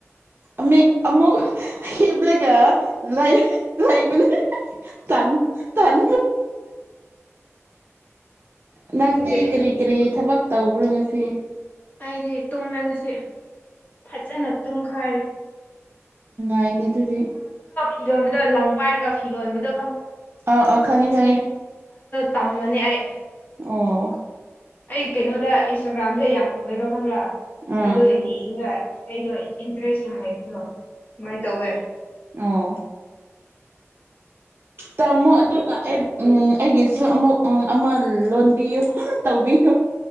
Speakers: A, on the right; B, on the left.
A: ꯑꯃꯤꯠ ꯑꯃꯨꯛ ꯍꯦꯞꯂꯒ ꯂꯩ ꯂꯩꯕꯅꯦ ꯇꯟ ꯇꯟ ꯅꯪꯗꯤ
B: ꯑꯗꯨꯗꯤ
A: ꯀꯔꯤ ꯀꯔꯤ ꯊꯕꯛ ꯇꯧꯕ꯭ꯔꯣ ꯉꯁꯤ
B: ꯍꯥꯏꯗꯤ ꯇꯨꯝꯃꯦ ꯉꯁꯤ ꯐꯖꯅ ꯇꯨꯝꯈꯥꯏꯔꯦ
A: ꯥꯏꯅꯦ ꯑꯗꯨꯔꯤ
B: ꯐꯤꯔꯣꯟꯕꯗꯣ ꯂꯪ ꯄꯥꯏꯔꯒ ꯐꯤꯔꯣꯟꯕꯗꯣ
A: ꯑ ꯑ ꯈꯪꯉꯦ ꯈꯪꯉꯦ
B: ꯇꯝꯃꯅꯤ ꯑꯩ
A: ꯑꯣ
B: ꯑꯩ ꯀꯩꯅꯣꯗ ꯏꯟꯁꯇꯥꯒ꯭ꯔꯥꯝꯗ ꯌꯥꯝ ꯎꯑꯦꯕ ꯈꯪꯕ꯭ꯔꯥ
A: ꯑꯥ
B: ꯑꯣ ꯌꯦꯡꯒ ꯑꯩꯗꯣ ꯏꯟꯇꯔꯦꯁ ꯌꯥꯝ ꯂꯩꯕꯗꯣ ꯀꯃꯥꯏꯅ ꯇꯧꯋꯦ
A: ꯑꯣ ꯇꯃꯣ ꯑꯗꯨ ꯑꯗꯨꯒ ꯑꯩ ꯎꯝ ꯑꯩꯒꯤꯁꯨ ꯑꯃꯨꯛ ꯑꯃ ꯂꯣꯟꯕꯤꯌꯨ ꯇꯧꯕꯤꯌꯨ